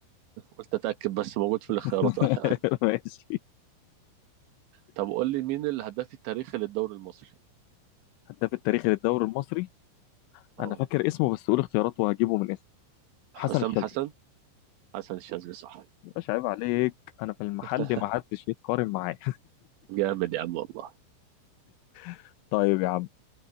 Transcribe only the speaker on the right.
قلت اتاكد بس موجود في الاختيارات
ولا
طب قول لي مين الهداف التاريخي للدوري المصري
اه
حسام
حسن حسن الشاذلي صح
<laughs>
جامد يا عم والله